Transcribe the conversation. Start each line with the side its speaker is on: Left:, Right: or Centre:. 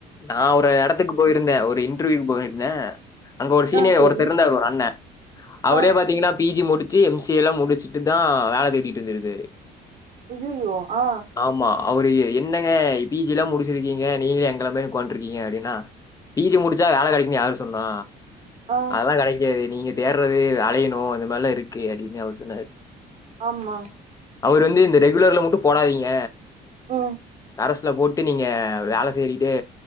Left: நா ஒரு எடத்துக்கு பொயிருந்தே ஒரு இன்டர்வ்யூக்கு பொயிருந்தே அங்க ஒரு சீனியர்
Right: ஆ சரி.
Left: ஒருத்தர் ஒரு அண்ண அவரே
Right: ஆ,
Left: பாத்திங்கன்னா பீ ஜி முடிச்சு எம் சி ஏ ல்லா முடிச்சுட்டு தா வேல தேடிட்டு இருந்துருக்காரு
Right: அய்யயோ அ
Left: ஆமா அவுரு என்னங்க பீ ஜி ல்லா முடிச்சு ருக்கீங்க நீங்களு எங்கல மாதிரி உக்கான்ட்ருக்கீங்க அப்டின்னா பீ ஜி முடிச்சா வேல கெடைக்குனு யாரு சொன்னா
Right: ஆ,
Left: அதலா கெடைக்காது நீங்க தேடுறது அலையணு அந்த மாரிலா இருக்கு அப்டின்னு அவரு சொன்னாரு
Right: ஆம்மா
Left: அவரு வந்து இந்த ரெகுலர்ல மட்டு போடாதீங்க
Right: ம்
Left: கரசுல போட்டு நீங்க வேல தேடிட்டே